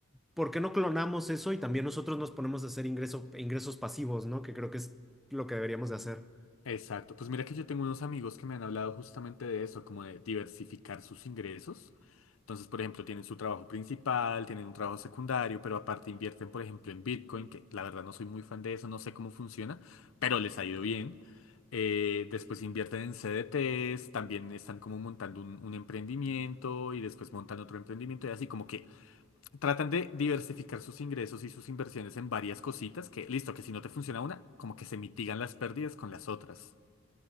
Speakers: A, in the centre; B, on the left.
A: ¿por qué no clonamos eso y también nosotros nos ponemos a hacer ingreso- ingresos pasivos, ¿no? Que creo que es lo que deberíamos de hacer.
B: Exacto. Pues mira que yo tengo unos amigos que me han hablado justamente de eso, como de diversificar sus ingresos. Entonces, por ejemplo, tienen su trabajo principal, tienen un trabajo secundario, pero aparte invierten, por ejemplo, en Bitcoin, que la verdad no soy muy fan de eso, no sé cómo funciona, pero les ha ido bien. Eh, después invierten en CDTs, también están como montando un, un emprendimiento y después montan otro emprendimiento y así como que tratan de diversificar sus ingresos y sus inversiones en varias cositas que, listo, que si no te funciona una, como que se mitigan las pérdidas con las otras.